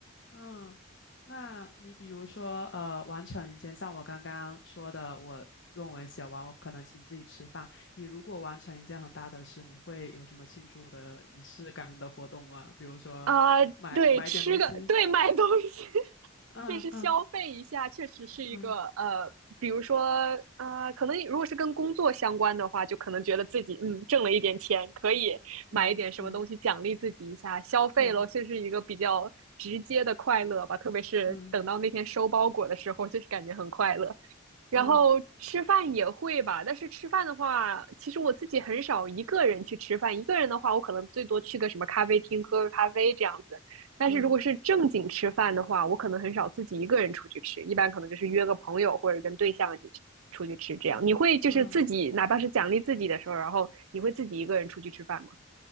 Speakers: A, on the left; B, on the right.
A: 嗯，那你比如说，呃，完成一件，像我刚刚说的，我论文写完，我可能请自己吃饭。你如果完成一件很大的事，你会有什么庆祝的仪式感的活动吗？比如说买买点东西。
B: 啊。对，吃个，对，买东西，
A: 嗯嗯
B: 就是消费一下，确实是一个呃，
A: 嗯
B: 比如说呃，可能如果是跟工作相关的话，就可能觉得自己嗯挣了一点钱，可以买一点什么东西奖励自己一下，
A: 嗯嗯
B: 消费咯，
A: 嗯
B: 就是一个比较直接的快乐吧。特别是等到那天收包裹的时候，
A: 嗯
B: 就是感觉很快乐。然后吃饭也会吧，
A: 嗯嗯
B: 但是吃饭的话，其实我自己很少一个人去吃饭。一个人的话，我可能最多去个什么咖啡厅喝个咖啡这样子。但是如果是正经吃饭的话，
A: 嗯
B: 我可能很少自己一个人出去吃，一般可能就是约个朋友或者跟对象一起去出去吃这样。
A: 嗯嗯嗯。
B: 你会就是自己，哪怕是奖励自己的时候，然后你会自己一个人出去吃饭吗？